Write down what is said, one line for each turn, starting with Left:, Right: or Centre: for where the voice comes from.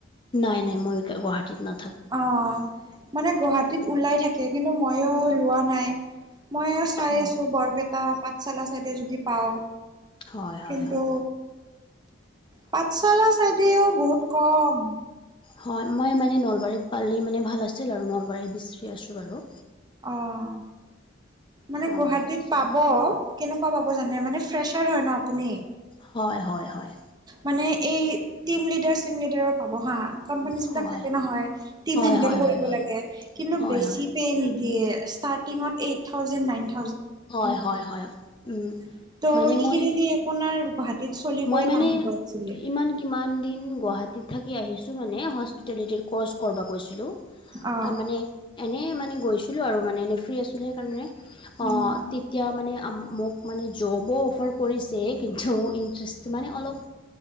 Left: নাই, নাই মই গুৱাহাটীত নাথাকো।
Right: অ মানে গুৱাহাটীত ওলাই থাকে, কিন্তু মইয়ো লোৱা নাই। মইও চাই
Left: অ
Right: আছো বৰপেটা, পাঠশালা চাইডে যদি পাও।
Left: হয় হয়
Right: কিন্তু।
Left: হয়
Right: পাঠশালা
Left: অ
Right: চাইডিয়েও বহুত কম।
Left: হয় মই মানে নলবাৰীত পালি মানে ভাল আছিল আৰু নলবাৰীত বিচাৰি আছোঁ বাৰু।
Right: অ' মানে
Left: অ
Right: গুৱাহাটীত
Left: চাম
Right: পাব। কেনেকুৱা পাব জানে মানে ফ্ৰেচাৰ হয় ন আপুনি
Left: হয় হয় হয়
Right: মানে এই। টিম লিডাৰ চিম লিডাৰৰ পাব হা। কোম্পানীচ বিলাক
Left: হয়
Right: থাকে নহয় টীম
Left: হয়
Right: হেণ্ডেল
Left: হয়
Right: কৰিব
Left: হয় হয়
Right: লাগে কিন্তু
Left: হয়
Right: বেছি
Left: হয়
Right: পে নি দিয়ে ষ্টাৰ্টটিংত এইট থাউজেণ্ড নাইন থাউজেণ্ড
Left: হয় -হয় -হয় উম
Right: ত'
Left: মানে
Right: সেইখিনি
Left: মই
Right: দি আপোনাৰ গুৱাহাটীত চলিবই
Left: মই মানে
Right: টান হব একচোয়েলি।
Left: ইমান কিমান দিন গুৱাহাটীত থাকি আহিছো মানে হস্পিটেলিটিৰ কৰ্চ কৰিব গৈছিলো।
Right: অ
Left: আ মানে এনে মানে গৈছিলো আৰু মানে এনে ফ্ৰী আছিল সেইকাৰণে।
Right: উম
Left: তেতিয়া মানে মোক মানে জবো অফাৰ কৰিছে কিন্তু। মানে অলপ